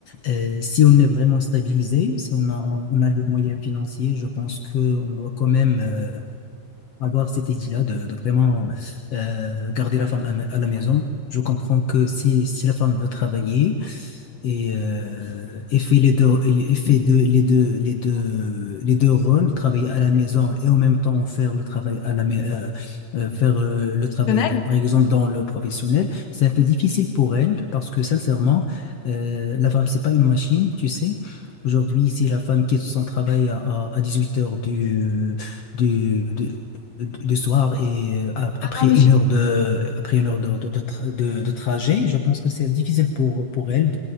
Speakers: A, on the left; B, on the left.
A: euh, si on est vraiment stabilisé, si on a, on a les moyens financiers, je pense qu'on doit quand même euh, avoir cette idée-là de, de vraiment euh, garder la femme à, ma- à la maison. Je comprends que si, si la femme veut travailler, et, euh, et fait les deux, et fait deux- les deux, les deux, les deux rôles, travailler à la maison et en même temps faire le travail à la mai- euh, euh, faire euh, le travail,
B: professionnels.
A: donc, par exemple dans le professionnel, c'est un peu difficile pour elle parce que sincèrement, euh, la femme, c'est pas une machine, tu sais. Aujourd'hui, si la femme quitte son travail à, à, à huit heures du, du, du- du soir et euh, ap-
B: Ah
A: après
B: non, mais
A: une
B: j'ai-
A: heure de après une heure de, de, de, tra- de- de trajet, je pense que c'est difficile pour pour elle